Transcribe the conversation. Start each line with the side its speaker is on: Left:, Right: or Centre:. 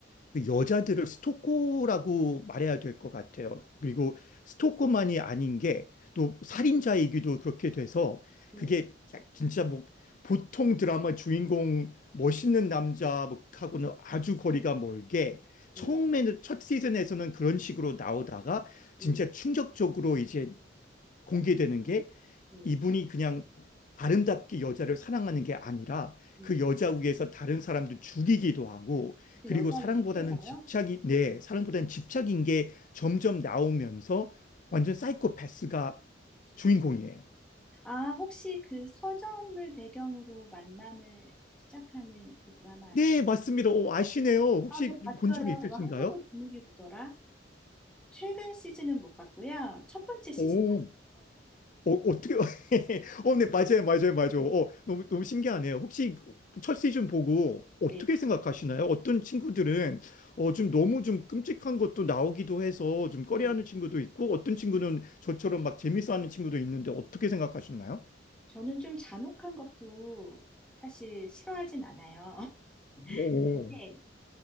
Left: 그 여자들을 스토커라고 말해야 될 것 같아요. 그리고 스토커만이 아닌 게 또 살인자이기도 그렇게 돼서
Centre: 네.
Left: 그게 진짜 뭐 보통 드라마 주인공 멋있는 남자하고는 아주 거리가 멀게 처음에는
Centre: 네.
Left: 첫 시즌에서는 그런 식으로 나오다가
Centre: 네.
Left: 진짜 충격적으로 이제 공개되는 게
Centre: 네.
Left: 이분이 그냥 아름답게 여자를 사랑하는 게 아니라
Centre: 네.
Left: 그 여자 위에서 다른 사람도 죽이기도 하고
Centre: 그
Left: 그리고
Centre: 여자를
Left: 사랑보다는
Centre: 해서요?
Left: 집착이 네, 사랑보다는 집착인 게 점점 나오면서 완전 사이코패스가 주인공이에요.
Centre: 아, 혹시 그 서점을 배경으로 만남을 시작하는 그 드라마
Left: 네,
Centre: 아닌가?
Left: 맞습니다. 오, 아시네요. 혹시
Centre: 아, 저 봤어요.
Left: 본 적이 있으신가요?
Centre: 이거 한국어 제목이 뭐더라? 최근 시즌은 못 봤고요. 첫 번째 시즌
Left: 오,
Centre: 봤어요.
Left: 어, 어떻게, <laughs> 어, 네, 맞아요, 맞아요, 맞아요. 어, 너무, 너무 신기하네요. 혹시 첫 시즌 보고 어떻게
Centre: 네,
Left: 생각하시나요? 어떤 친구들은, 어, 좀 너무 좀 끔찍한 것도 나오기도 해서 좀 꺼려하는
Centre: 네.
Left: 친구도 있고, 어떤 친구는 저처럼 막 재밌어하는 친구도 있는데 어떻게 생각하셨나요?
Centre: 저는 좀 잔혹한 것도 사실 싫어하진 않아요. <laughs>
Left: 오,
Centre: 그런데